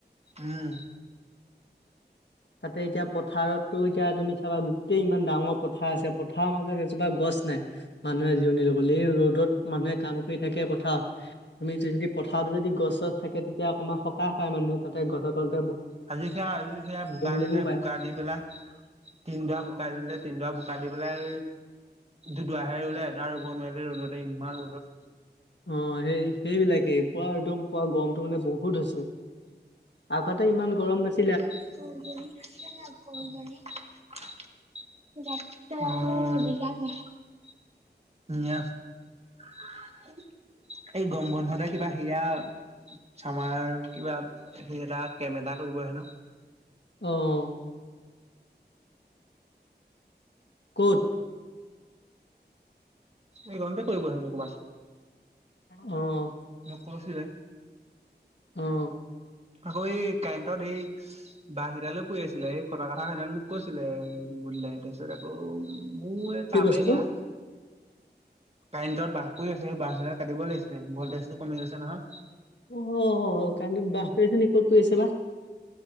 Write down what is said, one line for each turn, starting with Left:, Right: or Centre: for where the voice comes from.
Right: উম।
Left: তাতে এতিয়া পথাৰতো এতিয়া তুমি চাবা গোটেই ইমান ডাঙৰ পথাৰ আছে পথাৰৰ মাজত এজোপা গছ নাই। মানুহে জিৰণি ল'ব লে এই ৰ'দত মানুহে কাম কৰি থাকে। পথাৰত তুমি যদি পথাৰত যদি গছ-চছ থাকে তেতিয়া অকণমান সকাহ পায় মানুহে তাতে গছ ত
Right: আজি সেয়া আজি সেয়া বোকা দিলে
Left: ল'বও পাৰে
Right: বোকা দি পেলাই তিনডৰা বোকা দিলে, তিনডৰা বোকা দি পেলাই দুদাহে ৰুলে এটা ৰুব নোৱাৰিলে, ৰদোতে ইমান ৰ'দত।
Left: অ' সেই সেইবিলাকেই পুৱা একদম পুৱা গৰমতটো মানে বহুত হৈছে। আগতে ইমান গৰম নাছিল।
Right: <unintelligible> <unintelligible> <unintelligible> এই গম বন্ধতে কিবা সেয়া আমাৰ কিবা হে এটা কেম এটা কৰিব হেনো।
Left: অহ। ক'ত?
Right: এইকনতে কৰিব হেনো কৰবাত।
Left: অ'।
Right: মোক কৈছিলে।
Left: অ'।
Right: আকৌ এই কাৰেণ্টত এই বাহ গিডাললো পৰি আছিলে। সেই কটা কথা খিন মোক কৈছিলে বুলি তাৰপিছত আকৌ মোৰ এই
Left: কি
Right: কামেই
Left: বস্তু
Right: সেয়া কাৰেণ্টত বা কৈ আছে সেই বাহ গিডাল কাটিব লাগিছিল ভল্টেজ টো কমি গৈছে নহয়।
Left: অ' কাৰেণ্টৰ বাঁহ পৰি আছে নেকি? ক'ত পৰি আছে বাঁহ।